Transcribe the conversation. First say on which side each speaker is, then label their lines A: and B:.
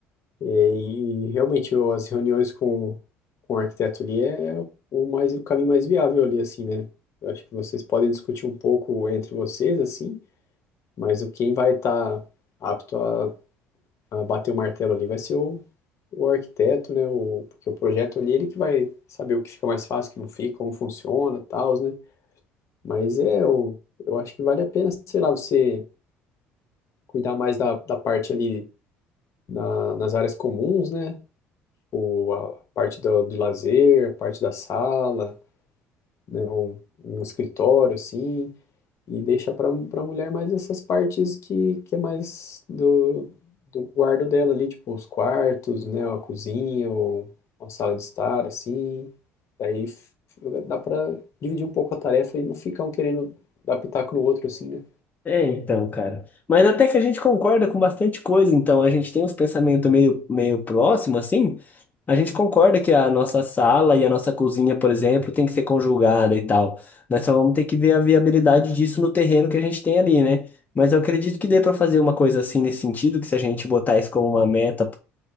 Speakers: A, on the left; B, on the left.
A: É, E, realmente eu- as reuniões com, com o arquiteto ali é, é o mais o caminho mais viável ali assim, né? Eu acho que vocês podem discutir um pouco entre vocês assim, mas o quem vai estar apto a, a bater o martelo ali vai ser o, o arquiteto, né? O, porque o projeto ali ele que vai saber o que fica mais fácil, o que não fica, como funciona, tal, né? Mas é eu, eu acho que vale a pena, sei lá, você cuidar mais da, da parte ali na- nas áreas comuns, né? o, a parte do, de lazer, a parte da sala, né, um, um escritório assim, e deixa para para mulher mais essas partes que, que é mais do, do guardo dela ali, tipo os quartos, né, a cozinha, ou uma sala de estar assim. Daí f- dá para dividir um pouco a tarefa e não ficar um querendo dar pitaco no outro assim, né?
B: É, então, cara. Mas até que a gente concorda com bastante coisa, então a gente tem uns pensamentos meio, meio próximos, assim. A gente concorda que a nossa sala e a nossa cozinha, por exemplo, tem que ser conjugada e tal. Nós só vamos ter que ver a viabilidade disso no terreno que a gente tem ali, né? Mas eu acredito que dê pra fazer uma coisa assim nesse sentido, que se a gente botar isso como uma meta